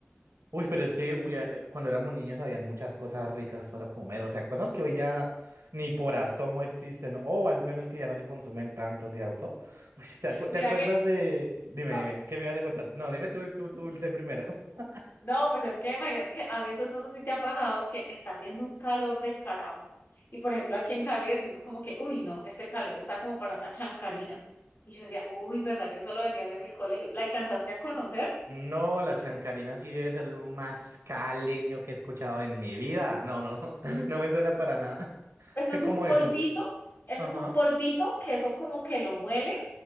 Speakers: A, on the right; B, on the left.
A: Uy, pero es que uy, eh, cuando éramos niños habían muchas cosas ricas para comer, o sea, cosas que hoy ya ni por asomo existen, o al menos que ya no se consumen tanto, ¿cierto? <laughs> Uy, ¿te acu-
B: Mira
A: te acuerdas
B: que,
A: de... Dime,
B: a
A: dime,
B: ver.
A: ¿qué me ibas a contar? No, dime tú, tú, tú dulce primero. <laughs>
B: No, pues es que imagínate que a veces no sé si te ha pasado que está haciendo un calor del carajo. Y por ejemplo, aquí en Cali decimos como que, uy, no, este calor está como para una chancarina. Y yo decía, uy, ¿verdad que eso lo vendían en el colegio? ¿La alcanzaste a conocer?
A: No, la chancarina sí debe ser lo más caleño que he escuchado en mi vida. No, no, <laughs> no me suena para nada. <laughs>
B: Eso
A: ¿Qué
B: es
A: como
B: un polvito,
A: eso?
B: eso
A: Ajá.
B: es un polvito que eso como que lo muelen